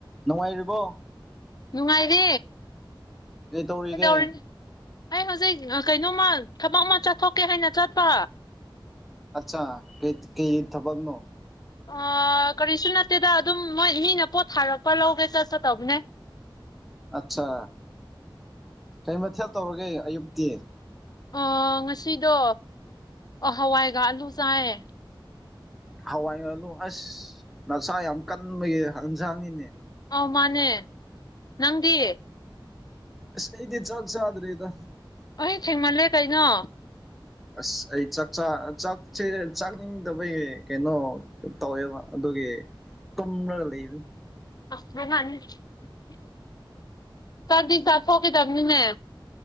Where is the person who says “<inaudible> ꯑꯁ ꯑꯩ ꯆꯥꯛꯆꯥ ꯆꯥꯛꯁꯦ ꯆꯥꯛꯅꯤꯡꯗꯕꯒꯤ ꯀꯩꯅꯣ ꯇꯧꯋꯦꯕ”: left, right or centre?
Centre